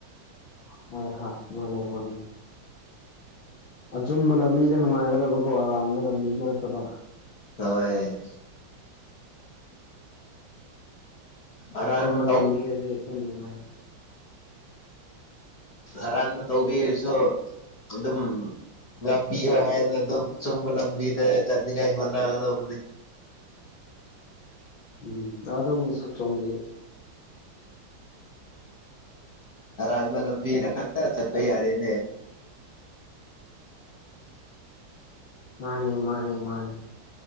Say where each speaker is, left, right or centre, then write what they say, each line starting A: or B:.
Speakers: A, on the left; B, on the left.
A: ꯍꯣꯏ ꯍꯣꯏ ꯃꯥꯅꯦ ꯃꯥꯅꯦ ꯑꯆꯨꯝꯕ ꯂꯝꯕꯤꯗ ꯅꯨꯡꯉꯥꯏꯒꯗꯕꯀꯣ ꯑꯔꯥꯟꯕ ꯂꯝꯕꯤꯗ ꯅꯠꯇꯕ
B: ꯍꯣꯏ ꯑꯔꯥꯟꯕ
A: ꯑꯆꯨꯝꯕ
B: ꯇꯧ
A: ꯂꯝꯕꯤꯗꯗꯤ ꯑꯗꯨꯝ ꯅꯨꯡꯉꯥꯏ
B: ꯑꯔꯥꯟꯕ ꯇꯧꯕꯤꯔꯁꯨ ꯑꯗꯨꯝ ꯉꯥꯛꯄꯤꯌꯣ ꯍꯥꯏꯅ ꯑꯗꯨꯝ ꯆꯨꯝꯕ ꯂꯝꯕꯤꯗ ꯆꯠꯅꯤꯡꯉꯥꯏ ꯍꯣꯠꯅꯒꯗꯧꯕꯅꯤ
A: ꯎꯝ ꯑꯗꯨꯝ ꯆꯣꯅꯤ
B: ꯑꯔꯥꯟꯕ ꯂꯝꯕꯤꯅ ꯈꯛꯇ ꯆꯠꯄ ꯌꯥꯔꯦꯅꯦ
A: ꯃꯥꯅꯦ ꯃꯥꯅꯦ ꯃꯥꯅꯦ